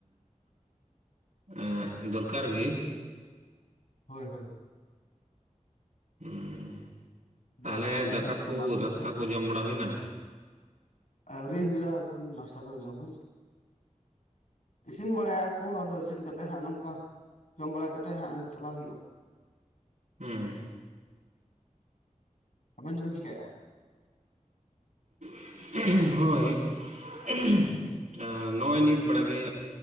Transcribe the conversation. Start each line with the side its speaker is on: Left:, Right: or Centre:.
Right: <inaudible> ᱫᱚᱨᱠᱟᱨ ᱜᱮ᱾
Left: ᱦᱳᱭ ᱦᱳᱭ᱾
Right: ᱦᱩᱸ, ᱛᱟᱦᱚᱞᱮ
Left: ᱵᱟᱢ ᱠᱟᱹᱢᱤ
Right: ᱫᱟᱠᱟ
Left: ᱞᱮᱠᱷᱟᱱ
Right: ᱠᱩ
Left: ᱵᱟᱝ ᱦᱩᱭᱩᱜᱼᱟ
Right: ᱱᱟᱥᱛᱟ
Left: ᱦᱳᱭ
Right: ᱠᱚ
Left: ᱥᱮ
Right: ᱡᱚᱢ ᱵᱟᱲᱟ ᱦᱩᱭ ᱮᱱᱟ?
Left: ᱟᱹᱣᱨᱤ ᱦᱩᱭᱩᱜᱼᱟ ᱮᱠᱷᱚᱱ ᱱᱟᱥᱛᱟ ᱠᱚ ᱫᱚ ᱡᱚᱢ ᱦᱩᱭ ᱥᱮ, ᱤᱥᱤᱱ ᱵᱟᱲᱟᱭᱟ ᱠᱚ ᱟᱫᱚ ᱤᱥᱤᱱ ᱠᱟᱛᱮᱫ ᱦᱟᱸᱜ ᱱᱚᱝᱠᱟ, ᱡᱚᱢ ᱵᱟᱲᱟ ᱠᱟᱛᱮᱫ ᱦᱟᱸᱜ ᱪᱟᱞᱟᱣ ᱦᱩᱭᱩᱜᱼᱟ᱾
Right: ᱦᱩᱸ
Left: ᱟᱵᱮᱱ ᱫᱚᱵᱮᱱ ᱪᱤᱠᱟᱭᱮᱫᱼᱟ?
Right: <inaudible> ᱦᱳᱭ <inaudible> ᱱᱚᱜᱼᱚᱭ ᱱᱤᱛ ᱵᱟᱲᱟ ᱜᱮ